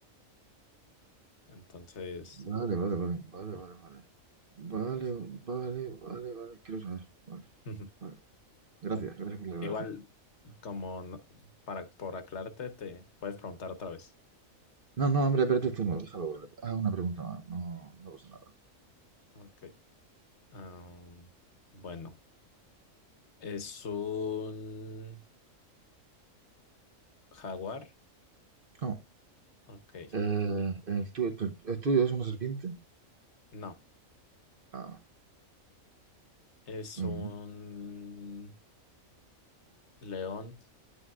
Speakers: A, on the left; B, on the right.
A: Entonces,
B: vale, vale, vale, vale,
A: o-
B: vale, vale. Vale,
A: ok.
B: vale, vale, vale. Quiero saber. Vale,
A: <laughs>
B: vale. Gracias,
A: O-
B: gracias por la relación.
A: Igual, como no- para por aclararte, te puedes preguntar otra vez.
B: No, no, hombre, espérate tú, no, déjalo. le- Ah, una pregunta más. No, no pasa nada.
A: Ok. ah, bueno. Es un jaguar.
B: No.
A: Ok.
B: Eh, ¿el tuyo, tu- el tuyo es una serpiente?
A: No.
B: Ah,
A: Es
B: ujú.
A: un león.